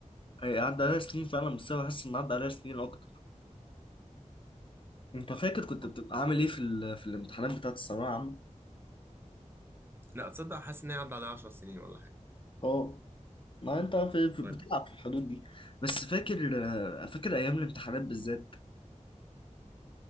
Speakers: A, on the left; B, on the right.
A: هي عدى عليها سنين فعلا بس انا حاسس ان عدى عليها سنين اكتر انت فاكر كنت
B: آه.
A: بتبقى عامل ايه في ال... في الامتحانات بتاعه الثانويه العامه
B: لا تصدق حاسس إن هي عدى عليها 10 سنين ولا حاجة
A: اه ما انت في... في...
B: طيب
A: بتلعب في الحدود دي بس فاكر آه، فاكر ايام الامتحانات بالذات